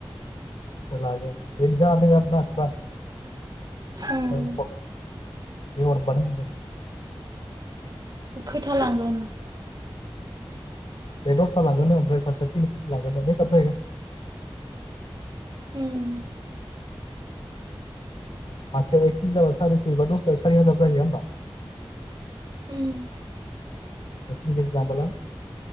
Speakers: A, on the left; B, on the right.
A: ओमफ्राय लागोन बेदि जाना दं आरो ना
B: उम
A: औ, हर बे हरबानो मोनगोन
B: खैथा लांगोन
A: बे दसथा लाङोनो ओमफ्राय सासेया तिनि खिजि लाङोनो मेखाफ जाहैगोन
B: उम
A: मासेआव एक केजि जाबा सारिसयैबा दसथायाव सारि हाजार जाहैया होमबा
B: उम
A: द तिन केजि लांबोला